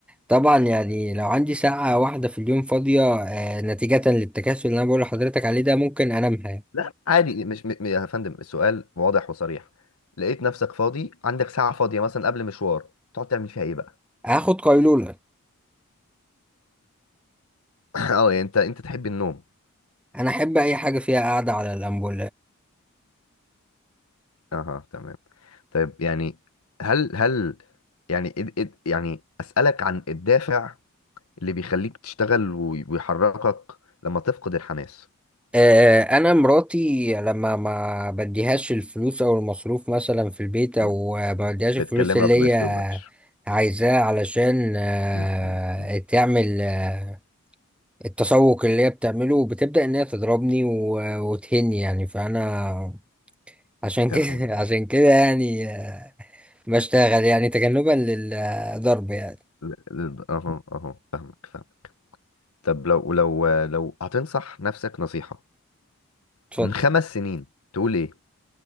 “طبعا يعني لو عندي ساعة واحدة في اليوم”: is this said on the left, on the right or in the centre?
Centre